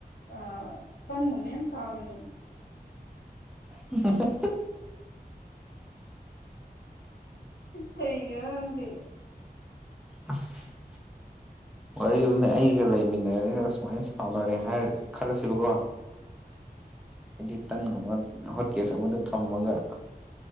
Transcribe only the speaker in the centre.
<unintelligible>
ꯑꯁ ꯋꯥꯔꯤꯕꯨꯅꯦ ꯑꯩꯒ ꯂꯩꯃꯤꯟꯅꯔꯒ ꯁꯨꯃꯥꯏꯅ ꯁꯥꯎꯅꯔꯦ ꯍꯥꯏꯔ ꯈꯜꯂꯁꯤꯕꯀꯣ ꯍꯥꯏꯗꯤ ꯇꯟꯒꯨꯝꯕ ꯍꯣꯠꯀꯦꯁ ꯑꯃꯗ ꯊꯝꯃꯒ